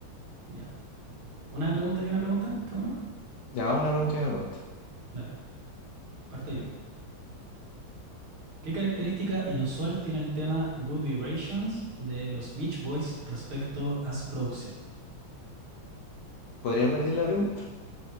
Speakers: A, on the right; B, on the left.
A: Ya. Una pregunta y una pregunta, cada uno.
B: ya vamos una pregunta y una pregunta.
A: Dale, parto yo. ¿Qué característica inusual tiene el tema Good Vibrations de los Beach Boys respecto a su producción?
B: ¿Podría repetir la pregunta?